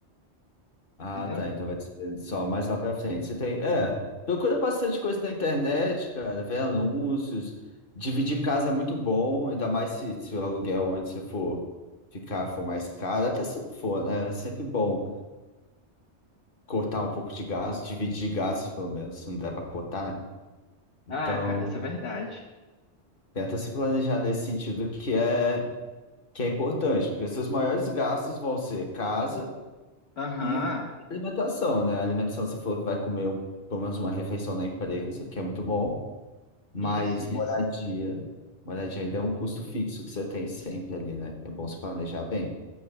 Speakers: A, on the left; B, on the left.
A: Ah,
B: entendeu?
A: tá. Então vai ser só mais lá pra frente. Você tem. É, procura bastante coisa na internet, cara. Vê anúncios. Dividir casa é muito bom, ainda mais se, se o aluguel onde você for ficar for mais caro. Até se não for, né? É sempre bom cortar um pouco de gasto, dividir gastos, pelo menos, se não der pra cortar, né? Então,
B: Ah, cara, isso é verdade.
A: tenta se planejar nesse sentido que é, que é importante, porque seus maiores gastos vão ser casa.
B: Aham.
A: E alimentação, né? Alimentação, você falou que vai comer um- pelo menos uma refeição na empresa, que é muito bom, mas
B: Isso, isso.
A: moradia, moradia ainda é um custo fixo que você tem sempre ali, né? É bom se planejar bem.